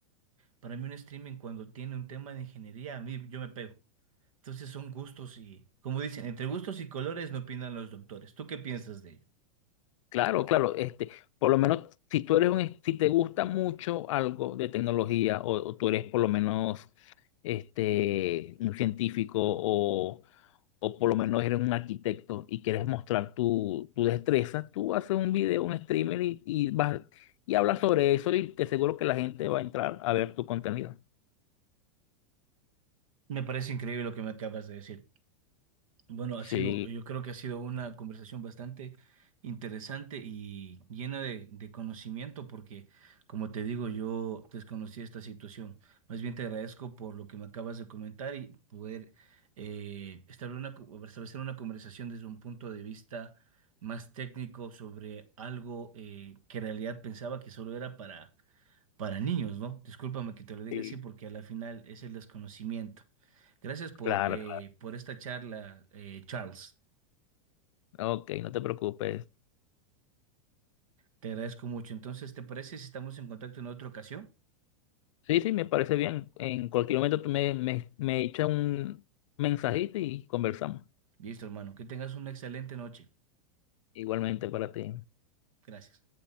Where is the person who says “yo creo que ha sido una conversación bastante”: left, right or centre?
Right